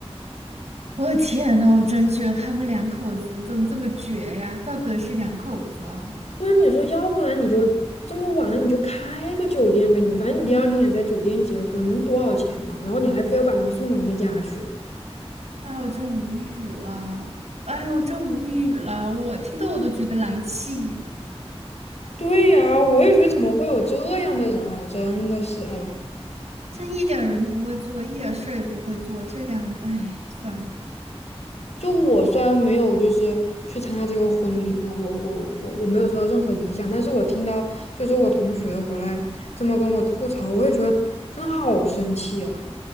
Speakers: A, on the right (about 80°); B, on the left (about 80°).
A: 我的天呐，我真觉得他们两口子怎么这么绝呀？怪不得是两口子啊！
B: 对啊，你说，要不然你就这么晚了，你就开个酒店呗，你反正你第二天也在酒店结婚，能多少钱嘛？然后你还非要把人送到人家家去。
A: 哎，我真无语了，哎呦，我真无语了，我听得我都觉得来气呀、
B: 对呀，我也觉得怎么会有这样的人啊！真的是，哎呦，
A: 真一点儿人不会做，一点事儿也不会做，这两人，哎，算了，
B: 就我虽然没有就是去参加这个婚礼嘛，我我我我没有受到任何影响，但是我听到就是我同学回来这么跟我吐槽，我也觉得真的好生气啊。